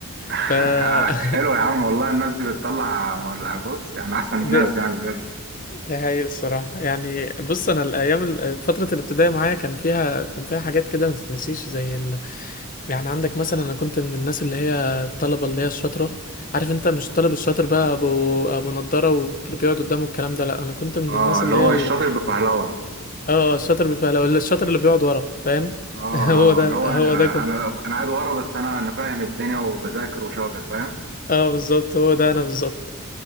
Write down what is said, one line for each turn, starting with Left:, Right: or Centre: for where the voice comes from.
Right: <laughs>
Left: ف <laughs>
Right: حلو يا عم والله الناس دي بتطلع بص يعني احسن
Left: ده
Right: ناس يعني بجد
Left: ده هي الصراحه يعني بص انا الايام ال- فتره الابتدائي معايا كان فيها كان فيها حاجات كده ما تتنسيش زي ال... يعني عندك مثلا انا كنت من الناس اللي هي الطلبه اللي هي الشاطره عارف انت مش الطالب الشاطر بقى ابو ابو نضاره واللي بيقعد قدامه الكلام ده لا انا كنت من
Right: اه
Left: الناس
Right: اللي
Left: اللي
Right: هو
Left: هي ال...
Right: الشاطر بفهلوه
Left: اه الشاطر بالفعل أو الشاطر اللي بيقعد ورا فاهم
Right: اه
Left: <laughs> هو ده
Right: اه اللي هو انا
Left: هو ده كنت
Right: انا أنا قاعد ورا بس انا انا فاهم الدنيا وبذاكر وشاطر فاهم
Left: اه بالظبط هو ده انا بالظبط